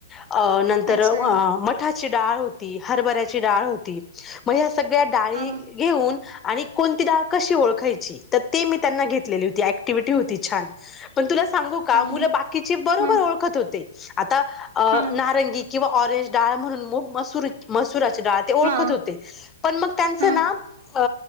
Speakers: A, on the left; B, on the right.
A: अ नंतर
B: अच्छा
A: मठाची डाळ होती, हरभऱ्याची डाळ होती, मग ह्या सगळ्या डाळी
B: हा
A: घेऊन आणि कोणती डाळ कशी ओळखायची तर ते मी त्यांना घेतलेली होती ॲक्टिव्हीटी होती छान पण तुला सांगू का
B: होने
A: मुल बाकिची बरोबर
B: हा
A: ओळखत होते आता
B: हा
A: नारंगी किंव्हा ऑरेंज डाळ म्हणून मुग मसुरी मसुराचे डाळ ते ओळखत
B: हा
A: होते पण मग त्यांच
B: हा हा
A: ना अ